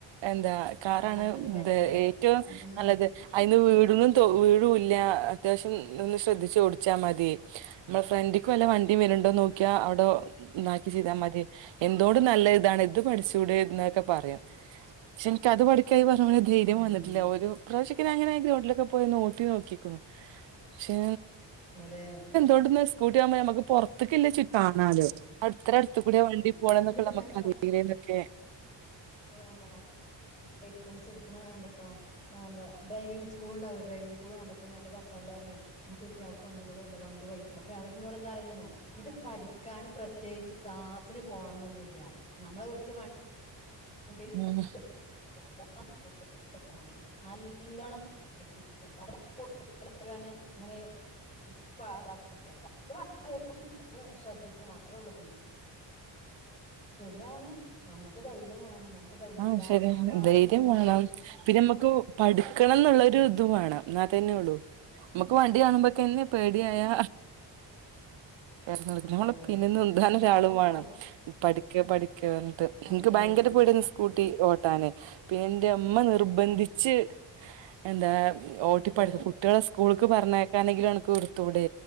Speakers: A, on the right (about 80°); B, on the left (about 15°).
A: എന്താ കാറാണ്
B: ആ നല്ലത് ബെറ്ററ്.
A: ഏറ്റവും
B: ഉം.
A: നല്ലത് അതിന് വീഴൊന്നും വീഴുല്ല അത്യാവശ്യം ഒന്ന് ശ്രദ്ധിച്ച് ഓടിച്ചാ മതി നമ്മള ഫ്രണ്ടിക്കും വല്ല വണ്ടിയും വരുന്നുണ്ടോന്ന് നോക്കിയാൽ അവിടെ ഇതാക്കി ചെയ്താൽ മതി എന്തോണ്ട് നല്ല ഇതാണ് ഇത് പഠിച്ചൂടെ എന്നൊക്കെ പറയും പക്ഷെ എനിക്കത് പഠിക്കായി ഈ പറഞ്ഞ പോലെ ധൈര്യം
B: ഉം.
A: വന്നിട്ടില്ല ഒരു പ്രാവശ്യൊക്കെ ഞാൻ അങ്ങനെ ഗ്രൗണ്ടിലൊക്കെ പോയിന്ന് ഓട്ടി നോക്കിക്കുന്നു പക്ഷെ
B: ആലെ
A: ഓട്ടുന്നത് സ്കൂട്ടി ആവുമ്പോ നമ്മക്ക് പുറത്തേക്കില്ല <unintelligible> ആഹ് അതെ എത്ര അടുത്ത് കൂടെയാ വണ്ടി
B: ഉം.
A: പോണേന്നൊക്കെ
B: ഇന്നിപ്പോ
A: നമുക്ക്
B: ഞാൻ
A: <unintelligible> ക്കെ
B: ഇപ്പളുതാ ലൈസൻസ് ഇട്ക്ക്ണ് അതാ ആഹ് എന്ത ഡ്രൈവിംഗ് സ്കൂളുണ്ടാവും ഡ്രൈവിംഗ് സ്കൂൾ കണ്ടപ്പോ ഞാന്റെ ഭർത്താവിനോട് പറഞ്ഞു നോക്കി നോക്കിയേ ആ പെണ്ണങ്ങളതാ വണ്ടി പഠിക്ക്ണ് അപ്പൊ അവരിന്നോട് എന്താ പറയ്ണ്നോ ഇത് പഠിക്കാന് പ്രത്യേകിച്ച് ക്ലാസിന് പോണം എന്നൊന്നുല്ല നമ്മളെ വീട്ടില് വണ്ടി
A: ഉം
B: <inaudible> മതി നല്ല നല്ലോണം <unintelligible> അങ്ങനെ <unintelligible> ശ്രദ്ധിക്കും അത്രേ ഉള്ളൂ പിന്നെ ശരിയാണ് ഞമ്മക്ക് ധൈര്യം വേണം ഞമ്മക്ക് ധൈര്യം
A: ആഹ്
B: ഇല്ലാത്തത്
A: ശരി
B: കൊണ്ടാണ്
A: ധൈര്യം
B: ഇങ്ങനെ
A: വേണം
B: പിൻ
A: പിന്നെ നമുക്ക് പഠിക്കണം എന്നുള്ള ഒരു
B: ഉം
A: ഇതും വേണം എന്നാ തന്നെയുള്ളു നമ്മുക്ക് വണ്ടി കാണുമ്പോക്കന്നെ പേടിയായാ
B: ആ
A: <unintelligible> നമ്മള്
B: അതെ
A: പിനിന്ന് ഉന്താനൊരാളും
B: എന്തായാലും
A: വേണം
B: പഠി
A: പഠിക്ക് പഠി പറഞ്ഞിട്ട്.
B: അതന്നെ
A: എനിക്ക് ഭയങ്കര പേടിയാരുന്നു സ്കൂട്ടി ഓട്ടാനെ പിന്നെ എന്റെ ഉമ്മ നിർബന്ധിച്ച്
B: ഉം
A: ച്ച് എന്താ ഓട്ടിപ്പ
B: അതല്ലേ
A: കുട്ട്യേള സ്കൂൾക്ക് പറഞ്ഞേക്കാനെങ്കിലും അനക്ക് എടുത്തൂടെ